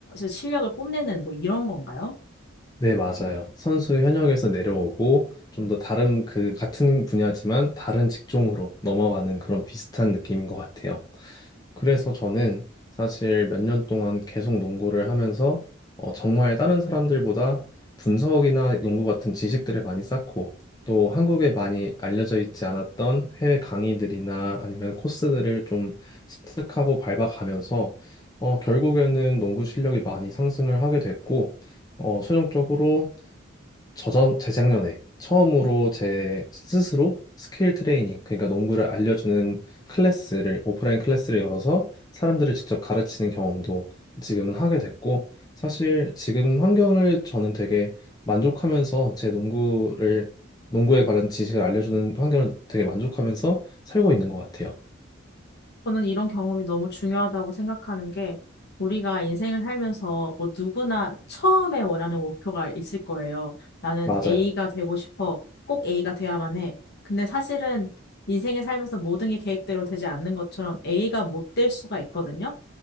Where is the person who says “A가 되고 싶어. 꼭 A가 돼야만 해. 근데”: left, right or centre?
Left